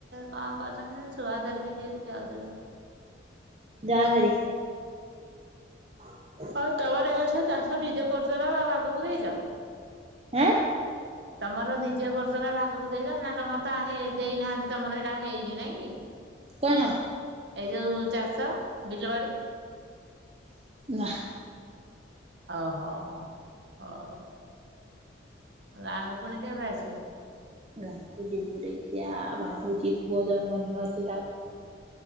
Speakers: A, on the right; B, on the right.
A: କଁ କରୁଛନ୍ତି ଛୁଆ ଧରିକି କିିଏ ଯିବ। <unintelligible>
B: ଯା ଭାରି। ହଁ
A: ଆଉ ତମର ଏ ବର୍ଷ ଚାଷ୍ ନିଜେ କରୁଚ ନା ଆଉ <unintelligible> ଦେଇଛ?
B: ଏଁ?
A: ତମର ନିଜେ କରୁଚ ନା ଭାଗକୁ ଦେଇଛ ନା ତମର ତ ଦେଇନାହାନ୍ତି ତମର ହେଇଟା ହେଇନି ନାଇଁ କି? <inaudible>
B: କନ?
A: ଏଇ ଯୋଉ ଚାଷ ବିଲ ବାଡ଼ି।
B: ନା।
A: ଅହୋ ହଉ। ଗାଁ କୁ ପୁଣି କେବେ ଆସିବ?
B: ଗାଁ କୁ ଯିବୁ ଦେଖିଆ ଭାବୁଚି ପୁଅ ଜନ୍ମଦିନ ଅଛି ତାକୁ